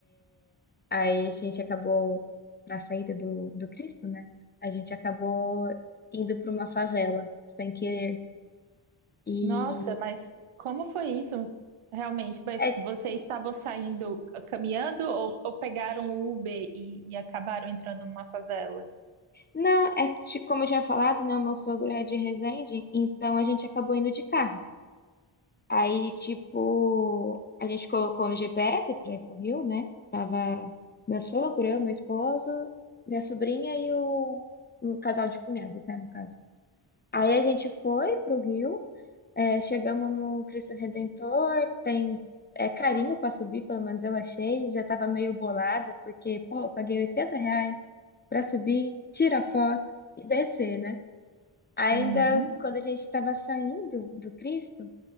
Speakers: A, on the left (about 25°); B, on the right (about 85°).
A: Aí a gente acabou, na saída do, do Cristo, né? A gente acabou indo para uma favela, sem querer. E.
B: Nossa, mas como foi isso realmente? Mas
A: É,
B: vocês estavam saindo ah, caminhando ou, ou pegaram o Uber e, e acabaram entrando numa favela?
A: não, é ti- como eu já tinha falado, né? Meu sogro é de Resende, então a gente acabou indo de carro. Aí, tipo, a gente colocou no GPS pra ir pro Rio, né? Tava meu sogro, eu, meu esposo, minha sobrinha e o, o casal de cunhados, né, no caso. Aí a gente foi pro Rio, é, chegamos no Cristo Redentor, tem é, carinho pra subir, pelo menos eu achei. Já tava meio bolada, porque, pô, eu paguei 80 reais pra subir, tirar foto e descer, né? Ainda
B: Uhum.
A: quando a gente estava saindo do Cristo,